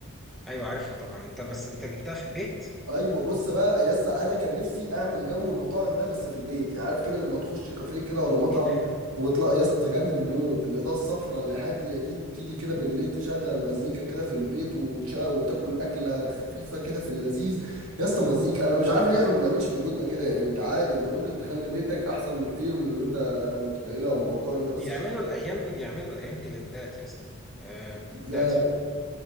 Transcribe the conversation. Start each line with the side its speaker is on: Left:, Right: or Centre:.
Centre: ايوه عارفها طبعا انت بس انت جبتها في البيت
Right: ايوه بص بقى يا اسطى انا كان نفسي اعمل جو المطاعم ده بس في البيت يعني عارف كده لما تخش كافيه كده ولا مطعم
Centre: ايه ده
Right: وتلاقي يا اسطى جامد موت الاضاءه الصفراء اللي هاديه دي وتيجي كده بالليل تشغل مزيكا كده في البيت وتشا وتاكل اكله خفيفه كده في اللذيذ يا اسطى مزيكا انا مش عارف ليه احنا ما بنعملش في بيوتنا كده يعني انت عادي انت ممكن تخلي بيتك احسن بكتير من اللي انت متخيله او متوقعه انت بس
Centre: بيعملوا
Right: عشان
Centre: الايام دي بيعملوا الايام دي للدات يا اسطى آه للدات
Right: ازاي
Centre: في